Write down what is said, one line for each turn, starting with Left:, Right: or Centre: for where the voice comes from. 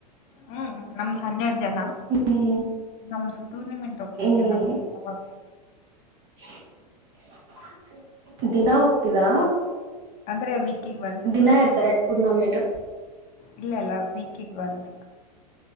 Left: ಹ್ಮ್ ನಮ್ದ್ ಹನ್ನೆರಡ ಜನ <unintelligible>
Right: ಹ್ಮ್
Left: ನಮ್ದು ಟೂರ್ನಮೆಂಟ್ ಹೋಗ್ತಿರ್ತೇವಿ
Right: ಹ್ಮ್
Left: ಆವಾಗ.
Right: <unintelligible> ದಿನಾ ಹೋಗ್ತೀರಾ?
Left: ಅಂದ್ರೆ ವೀಕಿಗೆ ಒನ್ಸ್
Right: ದಿನಾ
Left: ಟೂರ್ನಿಮೆಂಟ್
Right: ಇರ್ತಾರ ಟೂರ್ನಮೆಂಟ್
Left: <inaudible> ಇಲ್ಲ ಇಲ್ಲ ವೀಕಿಗೆ ಒನ್ಸ್.